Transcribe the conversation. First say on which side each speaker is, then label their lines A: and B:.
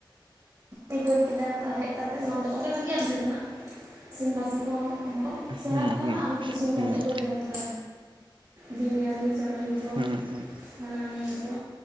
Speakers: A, on the right (about 40°); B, on the right (about 80°).
A: ᱨᱤᱠᱟᱹ ᱠᱮᱫᱟᱭ ᱛᱚ ᱦᱮᱡ ᱠᱟᱛᱮᱫ ᱱᱚᱰᱮ ᱚᱠᱟ ᱠᱟᱛᱮ ᱯᱤᱡᱟᱹᱱᱟᱜ ᱤᱥᱤᱱ ᱵᱟᱥᱟᱝ ᱠᱚ, ᱚᱦᱚᱜ ᱥᱮᱬᱟᱜ
B: ᱦᱩᱸ ᱦᱩᱸ
A: ᱠᱟᱱᱟ
B: ᱦᱩᱸ
A: ᱟᱨ ᱤᱥᱤᱱ
B: ᱦᱩᱸ
A: ᱠᱟᱛᱮᱫ ᱠᱚ ᱡᱚᱢ ᱮᱫᱟ ᱵᱤᱨᱭᱟᱱᱤ᱾ ᱪᱟᱣᱢᱤᱱ ᱠᱚ
B: ᱦᱩᱸ ᱦᱩᱸ
A: ᱦᱟᱱᱟ ᱱᱤᱭᱟᱹ ᱠᱚ᱾